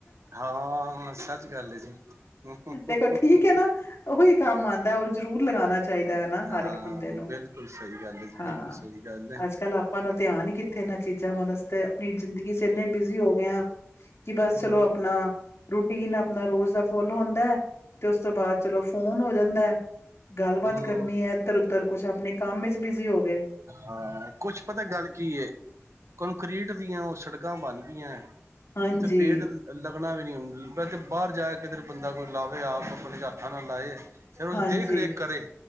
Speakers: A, on the right; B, on the left.
A: ਹਾਂ, ਸੱਚ ਗੱਲ ਏ ਜੀ। <unintelligible>
B: ਦੇਖੋ ਠੀਕ ਹੈ ਨਾ ਉਹੀ ਕੰਮ ਆਉਂਦਾ ਔਰ ਜ਼ਰੂਰ ਲਗਾਉਣਾ ਚਾਹੀਦਾ ਹੈ ਨਾ ਹਰ
A: ਹਾਂ
B: ਇੱਕ ਬੰਦੇ
A: ਬਿਲਕੁਲ।
B: ਨੂੰ
A: ਬਿਲਕੁਲ ਸਹੀ ਗਲ ਏ ਜੀ
B: ਹਾਂ।
A: ਬਿਲਕੁਲ ਸਹੀ ਗਲ ਏ।
B: ਅੱਜ-ਕੱਲ੍ਹ ਆਪਾਂ ਨੂੰ ਧਿਆਨ ਹੀ ਕਿੱਥੇ ਇਨਾਂ ਚੀਜ਼ਾਂ ਵੱਲ ਅਸੀਂ ਤੇ ਆਪਣੀ ਜ਼ਿੰਦਗੀ 'ਚ ਇੰਨੇ ਬਿਜ਼ੀ ਹੋ ਗਏ ਆ। ਕਿ ਬਸ
A: ਹੂੰ।
B: ਚਲੋ ਆਪਣਾ ਰੂਟੀਨ ਅਪਨਾ ਰੋਜ਼ ਦਾ ਫੋਲ ਹੁੰਦਾ, ਤੇ ਉਸ ਤੋਂ ਬਾਅਦ ਚਲੋ ਫੋਨ ਹੋ ਜਾਂਦਾ ਐ। ਗੱਲਬਾਤ
A: ਹੂੰ
B: ਕਰਨੀ ਐ, ਇੱਧਰ-ਉਧਰ ਕੁਛ ਅਪਨੇ ਕੰਮ ਵਿੱਚ ਬਿਜ਼ੀ ਹੋਗੇ।
A: ਹਾਂ, ਕੁਛ ਪਤਾ ਗੱਲ ਕੀ ਏ, ਕੰਕਰੀਟ ਦੀਆਂ ਉਹ ਸੜਕਾਂ ਬਣ ਗਈਆਂ।
B: ਹਾਂਜੀ
A: ਉੱਥੇ ਪੇੜ ਲੱਗਣਾ ਵੀ ਨੀ, ਹੁਣ ਮੈਂ ਤੇ ਬਾਹਰ ਜਾ ਕਿਧਰੇ ਬੰਦਾ ਕੋਈ ਲਾਵੇ, ਆਪ-ਆਪਣੇ ਹੱਥਾਂ ਨਾਲ ਲਾਏ। ਫੇਰ ਉਹਦੀ
B: ਹਾਂਜੀ,
A: ਦੇਖ ਰੇਖ ਕਰੇ